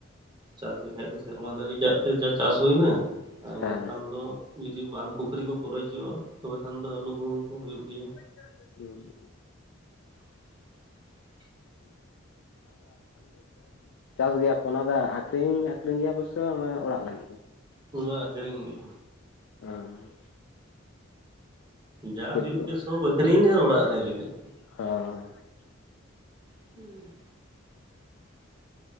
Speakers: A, on the right; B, on the left.
A: ᱪᱟᱥ ᱞᱮᱠᱷᱟᱡ ᱫᱚ ᱥᱮᱨᱢᱟ ᱡᱟᱹᱲᱤ ᱫᱟᱜ ᱛᱮ ᱡᱟ ᱪᱟᱥ ᱦᱩᱭᱱᱟ ᱟᱨ
B: ᱦᱮᱸ
A: ᱵᱟᱝᱠᱷᱟᱱ ᱫᱚ ᱡᱩᱫᱤ ᱵᱟᱸᱷ ᱯᱩᱠᱷᱨᱤ ᱠᱚ ᱯᱚᱨᱚᱡᱚᱜᱼᱟ ᱛᱚᱵᱮ ᱠᱷᱟᱱ ᱫᱚ ᱟᱹᱞᱩ ᱜᱩᱦᱩᱢ ᱠᱚ ᱦᱚ ᱦᱩᱭᱩᱜ ᱜᱮᱭᱟ᱾
B: <unintelligible>
A: <unintelligible>
B: <inaudible> ᱪᱟᱥ ᱜᱮᱭᱟ ᱯᱮ ᱚᱱᱟ ᱫᱚ ᱟᱠᱷᱨᱤᱧ ᱟᱠᱷᱨᱤᱧ ᱜᱮᱭᱟ ᱯᱮᱥᱮ ᱚᱱᱮ ᱚᱲᱟᱜ ᱞᱟᱹᱜᱤᱫ ᱜᱮ,
A: ᱯᱩᱨᱟᱹ ᱟᱠᱷᱨᱤᱧᱜᱮ
B: ᱦᱩᱸ
A: ᱡᱟ ᱦᱩᱭᱩᱜ
B: ᱠᱚ
A: ᱜᱮᱭᱟ ᱥᱚᱵ ᱟᱠᱷᱨᱤᱧ ᱟᱨ ᱚᱲᱟᱜ ᱨᱮ ᱞᱟᱹᱜᱤᱫ,
B: <inaudible>
A: <inaudible>